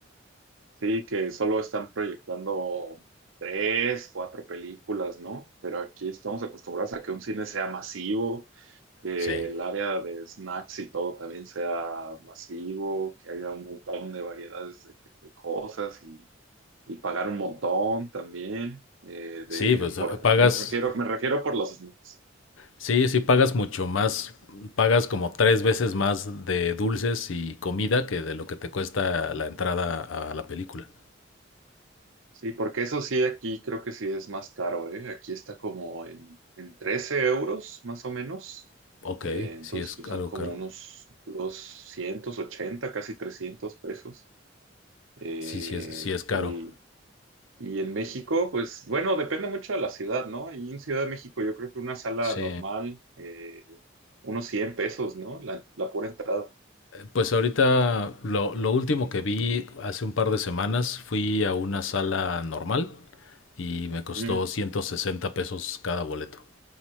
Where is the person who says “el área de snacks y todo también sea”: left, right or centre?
Right